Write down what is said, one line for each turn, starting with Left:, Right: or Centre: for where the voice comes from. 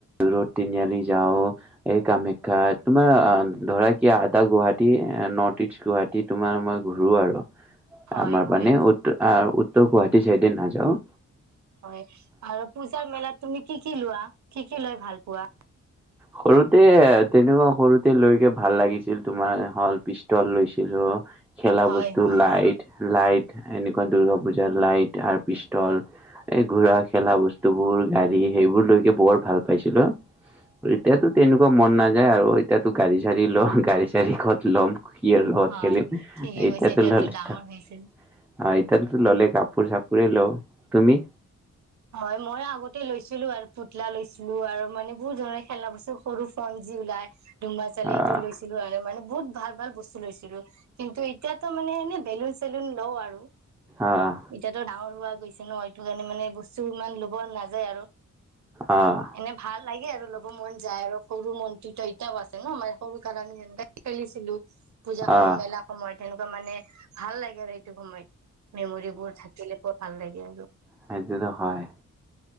Centre: ৰ'দ তিনিআলি যাও, এই কামাখ্যা, তোমাৰ ধৰা কি আদা গুৱাহাটী নৰ্থ ইষ্ট গুৱাহাটী তোমাৰ মই ঘূুৰো আৰু।
Right: হয়
Centre: আমাৰ
Right: হয়
Centre: মানে উত তৌ গুৱাহাটী চাইডে নাযাও
Right: হয় আৰু পূজাৰ মেলাত তুমি কি কি লোৱা? কি কি লয় ভাল পোৱা?
Centre: সৰুতে তেনেকুৱা সৰুতে লৈকে ভাল লাগিছিল, তোমাৰ হল পিষ্টল লৈছিলো। খেলা
Right: হয়
Centre: বস্তু,
Right: হয়
Centre: লাইট, লাইট এনেকুৱা দূৰ্গা পুজাৰ লাইট আৰু পিষ্টল, এই ঘোৰা খেলা বস্তুবোৰ, গাড়ী সেইবোৰ লৈকে বৰ ভাল পাইছিলো। এতিয়াতো তেনেকুৱা মন নাযায় আৰু এতিয়াতো গাড়ী চাড়ী লম, গাড়ী চাাৰ়ীত ল'ম ইয় লগত
Right: হয়
Centre: খেলিমস,
Right: ঠিকে
Centre: এতিয়াতে
Right: কৈছে এতিয়াতো
Centre: ললে
Right: ডাঙৰ
Centre: তো
Right: হৈছে।
Centre: ল'লে কাপোৰ চাপৰে লওঁ। তুমি?
Right: হয়, মই আগতে লৈছিলো আৰু পুতলা লৈছিলো আৰু মানে বহুত ধৰণে খেলনা বস্তু সৰু ফনজি ওলাই ধুমা চালে
Centre: আহ
Right: এইটো লৈছিলো আৰু মানে বহুত ভাল ভাল বস্তু লৈছিলো কিন্তু এতিয়াতো মানে এনে বেলুন চেলুন লওঁ আৰু।
Centre: আহ
Right: এতিয়াতো ডাঙৰ পোৱা গৈছে ন সটো কাৰণোনে বস্তু কিছু ইমান ল'ব নাযায় আৰু।
Centre: আহ
Right: এনে ভাল লাগে আৰু লগ মন যায় আৰু সৰু মন্ত্ৰীতো এতিয়াও আছে ন মানে সৰু কাৰ আি যেনে খেলিছিলো। পূজা
Centre: আহ
Right: খ মেলা সময়ত তেনেকুৱা মানে ভাল লাগে আৰু সেইটো সময়ত। মেমৰিবোৰ থাকিলে ভাল লাগে আৰু
Centre: সেইতো হয়।